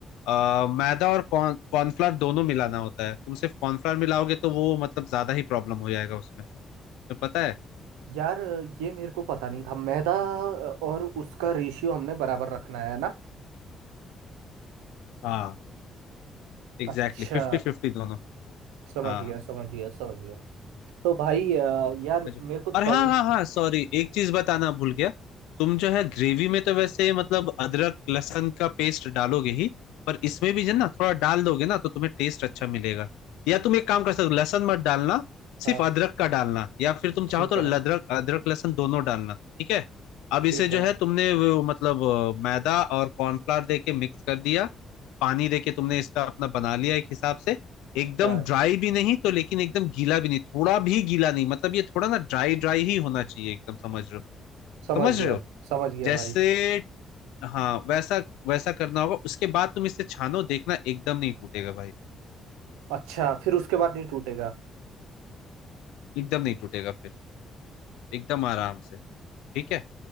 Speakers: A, on the left; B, on the right.
A: आ, मैदा और कॉर्न कॉर्नफ्लावर दोनों मिलाना होता है तुम सिर्फ कॉर्नफ्लावर मिलाओगे तो वो मतलब ज्यादा ही प्रॉब्लम हो जाएगा उसमें तुम्हें पता है
B: यार ये मेरे को पता नहीं था मैदा और उसका रेशियो हमने बराबर रखना है ना
A: हाँ एग्जैक्टली
B: अच्छा
A: फिफ्टी फिफ्टी दोनों
B: समझ
A: हाँ
B: गया समझ गया समझ गया तो भाई अ, यार
A: समझ
B: मेरे को
A: और हाँ
B: तल
A: हाँ हाँ सॉरी एक चीज बताना भूल गया तुम जो है ग्रेवी में तो वैसे मतलब अदरक लहसुन का पेस्ट डालोगे ही पर इसमें भी जो है ना थोड़ा डाल दोगे ना तो तुम्हें टेस्ट अच्छा मिलेगा या तुम एक काम कर सकते हो लहसुन मत डालना
B: हाँ
A: सिर्फ अदरक का डालना या फिर तुम
B: ठीक
A: चाहो तो
B: है
A: अदरक अदरक लहसुन दोनों डालना ठीक है अब
B: ठीक
A: इसे जो
B: है
A: है तुमने वो, मतलब अ, मैदा और कॉर्नफ्लावर दे के मिक्स कर दिया पानी दे के तुमने इसका अपना बना लिया एक हिसाब से एकदम
B: यार
A: ड्राई भी नहीं तो लेकिन एकदम गीला भी नहीं थोड़ा भी गीला नहीं मतलब ये थोड़ा ना ड्राई ड्राई ही होना चाहिए एकदम समझ रहे हो
B: समझ
A: समझ
B: गया
A: रहे हो
B: समझ गया
A: जैसे
B: भाई
A: हाँ वैसा वैसा करना होगा उसके बाद तुम इसे छानो देखना एकदम नहीं टूटेगा भाई
B: अच्छा फिर उसके बाद नहीं टूटेगा
A: एकदम नहीं टूटेगा फिर एकदम आराम से ठीक है